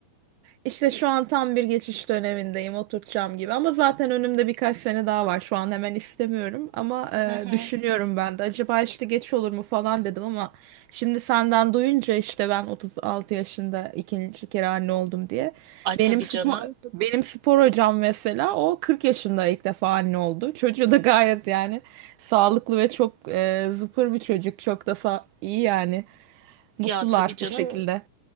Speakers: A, on the right (about 80°); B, on the right (about 50°).
A: İşte şu an tam bir geçiş dönemindeyim, oturtacağım gibi. Ama zaten önümde birkaç sene daha var. Şu an hemen istemiyorum ama e,
B: Hı hı.
A: düşünüyorum ben de. Acaba işte geç olur mu falan dedim ama şimdi senden duyunca işte ben 36 yaşında ikinci kere anne oldum diye.
B: Ay tabii
A: Benim spor
B: canım.
A: benim spor hocam mesela o 40 yaşında ilk defa anne oldu. Çocuğu da gayet yani sağlıklı ve çok e, zıpır bir çocuk. Çok da sa- iyi yani. Mutlular
B: Ya tabii canım.
A: bu şekilde.